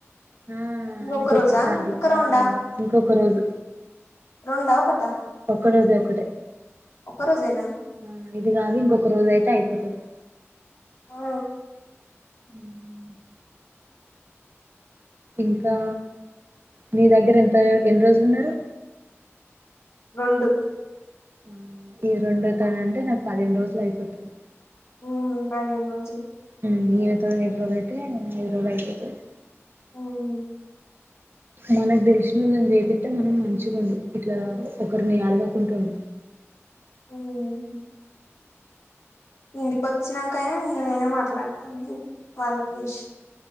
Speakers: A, on the right (about 50°); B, on the left (about 75°).
A: ఆ
B: ఇంకొక
A: ఇంకొక్కసారి
B: రోజా ఇంక
A: ఆ
B: రొండా
A: ఇంకొక రోజు
B: రెండా ఒకటా
A: ఒక రోజే ఒకటే
B: ఒక్క రోజేనా
A: ఉమ్ ఇది కాదు ఇంకొక రోజ అయితే తే అయిపోతుంది
B: ఆ
A: ఉమ్ ఇంకా నీ దగ్గర ఎంత ఎన్ని రోజులున్నారు
B: రెండు
A: ఆ ఇ రెండో తన అంటే నాకు పదిహేను రోజులు అయిపోతుంది
B: ఉమ్ పదిహేను రోజులు
A: ఉమ్ ఇవత ఇదరుోళయితే ఐధు రోజులో అయ్‌పోతాధి
B: ఉమ్
A: మనకు తెలిసిన వాళ్ళని చేపిట్టా మనం మంచిగా ఉండు ఇట్లా ఒకరిని అడగకుంటుండు
B: ఉమ్ ఇంటికి వచ్చినాకైనా నేనైనా మాట్లాడతాను వాళ్ళకు విషయం